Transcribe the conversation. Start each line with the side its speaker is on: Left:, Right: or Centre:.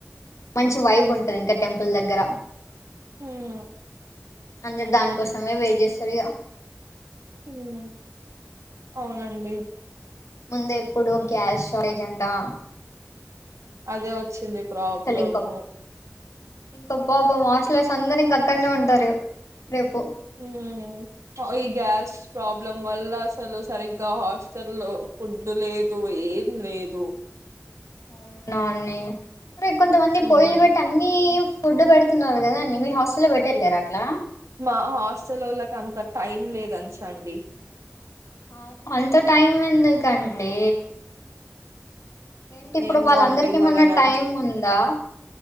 Left: మంచి వైబ్ ఉంటది ఇంకా టెంపుల్ దగ్గర
Right: మ్మ్
Left: అందరు దానికోసమే వేయిట్ చేస్తారు ఇగ
Right: మ్మ్ అవునండి
Left: ముందే ఇప్పుడు గ్యాస్ షార్టేజ్ అంటా
Right: అదే వచ్చింది ప్రాబ్లము
Left: ఇంకా ఇంకా అబ్బ బా ఆస్టలర్స్ అందరుూ ఇంగ అక్కడనే ఉంటారు రేపు
Right: మ్మ్ ఈ గ్యాస్ ప్రాబ్లం వల్ల అసలు సరిగ్గా హాస్టల్ లో ఫుడ్ లేదు ఏం లేదు
Left: అవునా న్ని కొంతమంది
Right: ఉమ్
Left: పొయ్యిలు పెట్టి అన్నీ ఫుడ్ పెడుతున్నారు కదండి మీ హాస్టల్లో పెట్టట్లేరా అట్లా
Right: మా హాస్టలోళ్ళకి అంత తైం లేదు అంచండి
Left: ఔ అంత టైం ఎందుకండి ఏంటి ఇప్పుడు
Right: ఏమో
Left: వాళ్ళందరికీ
Right: అండి వాళ్ళని
Left: ఏమన్నా
Right: అడు
Left: టైం ఉందా